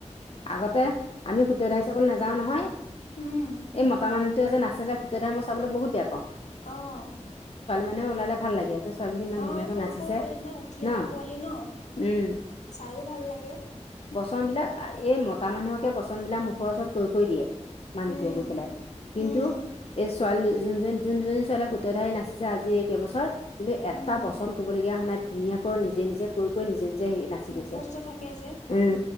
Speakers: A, on the left; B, on the left.
A: আগতে আমি খুতত হি চাবলৈ নাযাও নহয়
B: উম
A: এই মতা মানুহ। সতে যোছে যে সত্ৰে মই চাবলৈহুত বেয়া পাওঁ।
B: অহঁ।
A: মানে ওলালে ভাল লাগে যে। ছোৱালীজনী ইমান
B: অ
A: ধুনীয়াকৈ
B: এই সৰু
A: নাচিছে
B: সৰু পোৱালী বিলাক উঠি
A: ন
B: অহা পোৱালি ন।
A: উম
B: চাইও ভাল লাগে।
A: পচন বিলাক এই মতা মানুহকে পচন বিলাক মুখৰ ওচৰত কৈ ক কৰি দিয়ে। মানুহটোৱে
B: উম
A: গৈ পেলাই কিন্তু
B: উম
A: এই ছোৱালী। যোনজন যোন দুজনী ছোৱালীয়ে সূতধাৰি নাচিছে আজি একেবছৰ কিন্তু এটা
B: উম
A: বচন ক'বলগীয়া হোৱা নাই। ধুনীয়াকৈ নিজে নিজে কৈ কৈ নিজে। যে হে নাচি গৈছে
B: মুখস্থ থাকে যে
A: উম